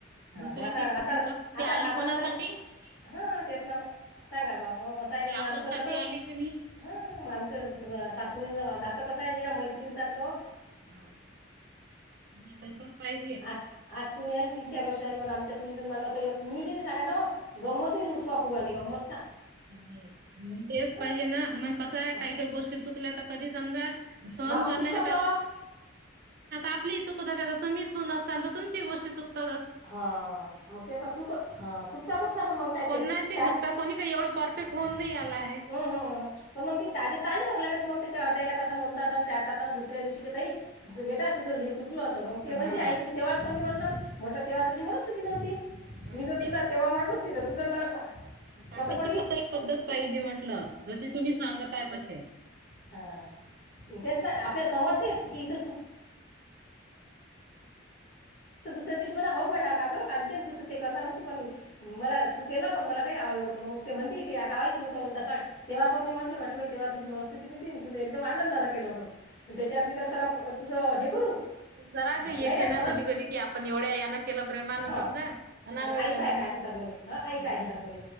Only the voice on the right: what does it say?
दुसरीची
घेतली तर ते
आली
कोणासाठी
ते
आपल्यासाठी
आली की नाही
हा नाही तसच पाहिजे
हम् तेच
पाहिजे ना मग कस आहे
काही काही गोष्टी चुकल्या तर कधी समजा सहन
करणार
आप चुकत तुम्ही असाल तर तुमची गो चुकत
कोणाची
चुकता कोणी काही एवढं परफेक्ट होऊन
नाही आला आहे.
हा
हम्म.
सांगाची
पण एक पद्धत पाहिजे म्हटलं जसे तुम्ही सांगता आ कसे
जरा ग येते
ना
कधी कधी आपण ोड्या यान केलं प्रेमान
समजा आणि आवडलं
नाहीम्